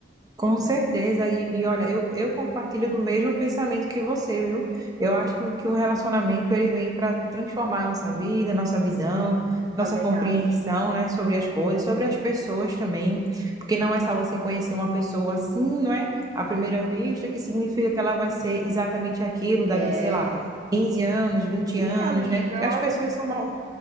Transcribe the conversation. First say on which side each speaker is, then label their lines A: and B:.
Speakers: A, on the right (about 20°); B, on the right (about 40°).
A: Com certeza, e, e olha, eu, eu compartilho do mesmo pensamento que você, viu? Eu acho que, o- que um relacionamento ele vem para transformar a nossa vida, nossa visão,
B: Também
A: nossa compreensão,
B: acho.
A: né, sobre as coisas, sobre as pessoas também, porque não é só você conhecer uma pessoa assim, não é? À primeira vista, que significa que ela vai ser exatamente aquilo daqui,
B: É.
A: sei lá, 15 anos, 20
B: e
A: anos,
B: amiga,
A: né? Que as
B: olha,
A: pessoas são, mo-